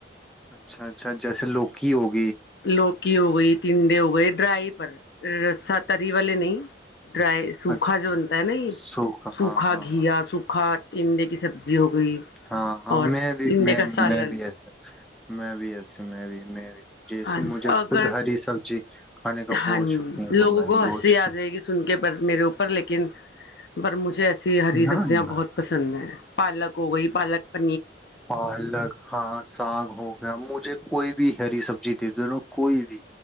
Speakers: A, in the centre; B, on the left.
A: اچھا اچھا جیسے لوکی ہوگی
B: لوک کی ہو گئی تھی ٹنڈے ہو گئے ڈرائی پر را تری والے نہیں ڈرائی سوکھا
A: اچھا
B: جو بنتا ہے نا یہ
A: سوکھ ہاں
B: سوکھا
A: ہاں
B: گیا
A: ہاں
B: سوکھا کینڈے کی سبزی ہو گئی
A: ہاں ہاں
B: اور
A: میں بھی
B: ٹنڈے
A: میں
B: کا سالن
A: میں بھی ایسا میں بھی ایس میں بھی میں بھی مجھے
B: ہاں
A: مجھے
B: اگر
A: خود ہری سبزی کھانے کا
B: ہاں
A: بہت شوقین ہوں
B: لوگوں
A: میں
B: کو
A: بہت
B: ہنسی
A: شوقین
B: آ جائے گی سن کے پر میرے اوپر لیکن پر مجھے ایسا ہری
A: نہ
B: سبزیاں
A: نہ
B: بہت پسند ہیں پالک ہو گئی پالک پ
A: پالک ہاں ساگ ہو گیا مجھے کوئی بھی ہری سبزی د د نوں کوئی بھی